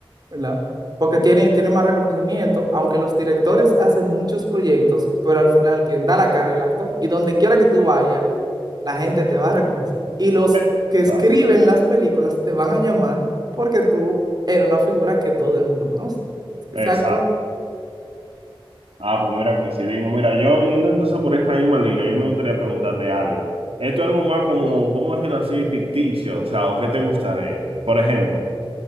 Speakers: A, on the right; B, on the right.
A: ¿verdad? Porque tiene, tiene más reconocimiento, aunque los directores hacen muchos proyectos, pero al final quien da la cara es el actor. Y donde quiera que tú vayas, la gente te va a reconocer. Y los
B: Eh,
A: que escriben
B: Exacto.
A: las películas te van a llamar porque tú eres una figura que todo el mundo conoce. Exacto.
B: Exacto. Ah, pues mira, coincidimos. Mira, yo yendo entonces por esa misma línea, yo me gustaría preguntarte algo. Esto es algo más como, vamos a decirlo así, ficticio, o sea, o qué te gustaría. Por ejemplo,